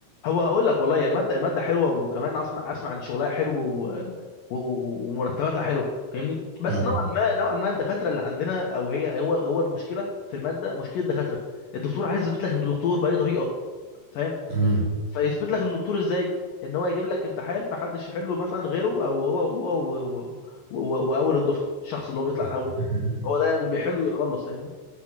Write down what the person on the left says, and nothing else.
هو هقول لك والله يعني الماده الماده حلوه وكمان اسمع اسمع ان شغلها حلو و... و... و- ومرتباتها حلوه فاهمني بس
نوعا ما نوعا ما الدكاتره اللي عندنا او هي هو هو المشكله في الماده مشكله الدكاتره الدكتور عايز يثبت لك انه دكتور باي طريقه فاهم
فيثبت لك ان الدكتور ازاي ان هو يجيب لك امتحان ما حدش يحله مثلا غيره او هو هو و- و- و- واول الدفعه الشخص اللي هو بيطلع
الاول ده هو ده اللي بيحله ويخلص فاهمني